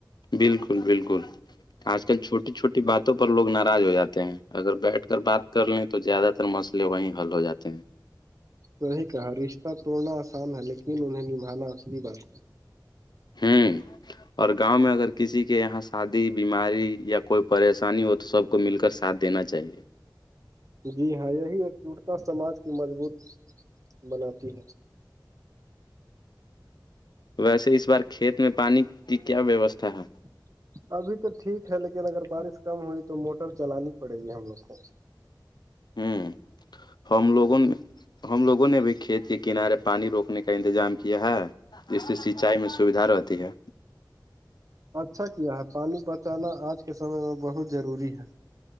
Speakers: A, on the left (about 65°); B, on the right (about 45°).
A: بالکل بالکل آج کل چھوٹی چھوٹی باتوں پر لوگ ناراض ہو جاتے ہیں اگر بیٹھ کر بات کر لیں تو زیادہ تر مسئلے وہیں حل ہو جاتے ہیں
B: وہی کہا رشتہ توڑنا آسان ہے لیکن انہیں نبھانا اصلی بات ہے
A: <inaudible> اور گاؤں میں اگر کسی کے یہاں شادی بیماری یا کوئی پریشانی ہو تو سب کو مل کر ساتھ دینا چاہیے
B: جی ہاں یہی ایکجٹتا سماج کی مضبوط بناتی ہے
A: ویسے اس بار کھیت میں پانی کی کیا ویوستھا ہے
B: <inaudible> ابھی تو ٹھیک ہے لیکن اگر بارش کم ہوئی تو موٹر چلانی پڑے گی ہم لوگ کو
A: ہوں ہم لوگوں نے ہم لوگوں نے بھی کھیت کے کنارے پانی روکنے کا انتظام کیا ہے سے سینچائی میں سویدھا رہتی ہے
B: اچھا کیا ہے پانی بچانا آج کے سمے میں بہت ضروری ہے